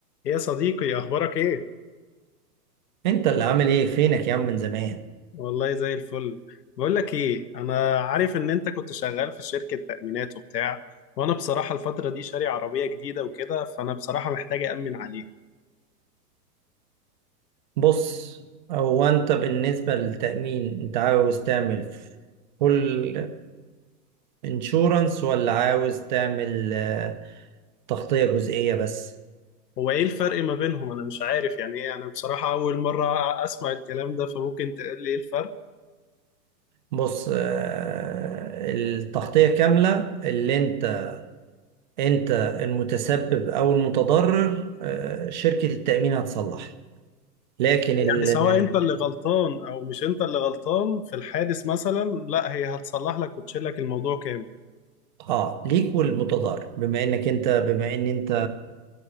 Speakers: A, on the left; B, on the right.
A: يا صديقي اخبارك ايه
B: انت اللي عامل ايه فينك يا عم من زمان
A: والله زي الفل بقول لك ايه انا عارف ان انت كنت شغال في شركة تأمينات وبتاع وانا بصراحة الفترة دي شاري عربية جديدة وكده فانا بصراحة محتاج أأمن عليها
B: بص هو انت بالنسبة للتأمين انت عاوز تعمل فول انشورنس ولا عاوز تعمل آه، تغطية جزئية بس
A: هو ايه الفرق ما بينهم انا مش عارف يعني ايه انا بصراحة اول مرة اسمع الكلام ده فممكن تقول لي ايه الفرق
B: بص آه، التغطية كاملة اللي انت انت المتسبب او المتضرر آه، شركة التأمين هتصلح لكن ال-
A: يعني سواء انت اللي غلطان او مش انت اللي غلطان في الحادث مثلا لا هي هتصلح لك وتشيل لك الموضوع كامل
B: اه ليك والمتضرر بما انك انت بما ان انت